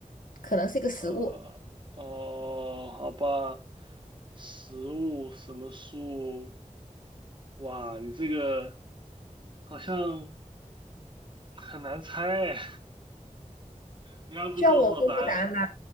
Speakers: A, on the left (about 85°); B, on the right (about 35°).
A: 可能是一个实物。
B: 呃，哦，好吧，食物什么树？哇，你这个好像很难猜哎。你要不告诉我答案？
A: 需要我公布答案吗？